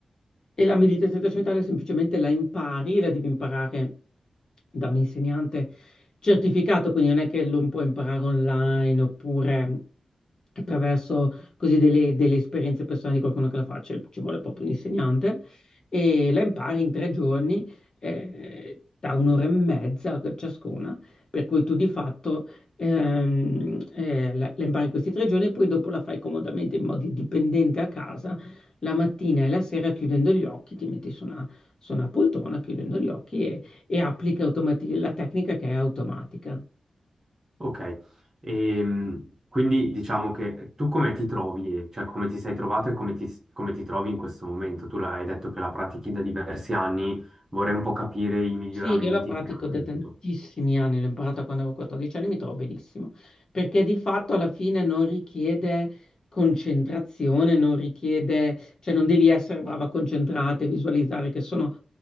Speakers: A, on the left; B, on the right.
A: E la meditazione trascendentale semplicemente la impari, la devi imparare da un insegnante certificato, quindi non è che lo puoi imparare online oppure attraverso così delle, delle esperienze personali di qualcuno che la faccia, ci vuole proprio un insegnante e la impari in tre giorni eh, da un'ora e mezza ciascuna, per cui tu di fatto ehm, eh, la, la impari in questi tre giorni e poi dopo la fai comodamente in modo dipendente a casa, la mattina e la sera chiudendo gli occhi, ti metti su una, su una poltrona chiudendo gli occhi e, e applichi automati- la tecnica che è automatica.
B: Ok, Ehm, quindi diciamo che tu come ti trovi, cioè come ti sei trovato e come ti, come ti trovi in questo momento? Tu l'hai detto che la pratichi da diversi anni, vorrei un po' capire i miglioramenti
A: Sì, io la pratico
B: che hai ottenuto.
A: da tantissimi anni, l'ho imparata quando avevo 14 anni, mi trovo benissimo, perché di fatto alla fine non richiede concentrazione, non richiede, cioè non devi essere brava a concentrarti, visualizzare che sono